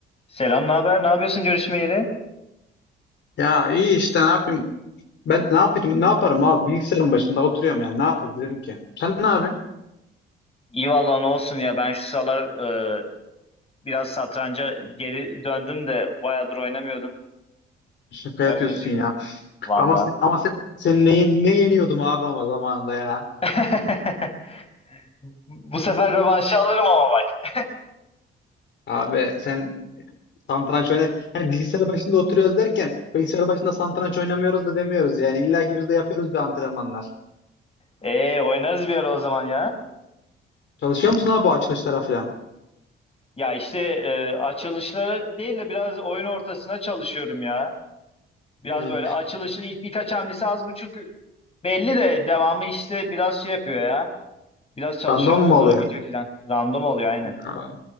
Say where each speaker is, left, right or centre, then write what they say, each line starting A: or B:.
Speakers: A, on the left; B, on the left.
A: Selam, ne haber? Ne yapıyorsun görüşmeyeli?
B: Ya iyi işte ne yapayım? Ben ne yapayım? Ne yaparım abi? Bilgisayarın başında oturuyorum yani. Ne yapabilirim ki? Sen ne yapıyorsun?
A: İyi valla ne olsun ya ben şu sıralar e, biraz satranca geri döndüm de bayağıdır oynamıyordum.
B: Şaka
A: Öyle
B: yapıyorsun
A: bir
B: ya.
A: valla.
B: Ama ama sen, sen ne, ne yeniyordum abi ama zamanında ya.
A: <laughs> Bu sefer rövanşı alırım ama bak.
B: Abi sen satranç oynar. Hani bilgisayar başında oturuyoruz derken bilgisayar başında satranç oynamıyoruz da demiyoruz yani. İlla ki biz de yapıyoruz bir antrenmanlar.
A: Ee oynarız bir ara o zaman ya.
B: Çalışıyor musun abi bu açılışlara falan?
A: Ya işte e, açılışları değil de biraz oyun ortasına çalışıyorum ya. Biraz
B: Hı.
A: böyle açılışın ilk birkaç hamlesi az buçuk belli de devamı işte biraz şey yapıyor ya. Biraz çalışıyorum
B: Random mu
A: onları
B: oluyor?
A: video filan. Random oluyor aynen.
B: Hı.